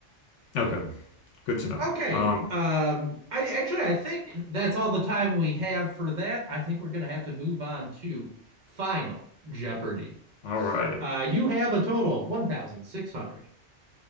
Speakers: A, on the left; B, on the right.
A: Okay, good to know.
B: Okay.
A: Um,
B: Um, I actually I think that's all the time we have for that. I think we're gonna have to move on to Final Jeopardy.
A: all right.
B: Uh, you have a total of 1,600.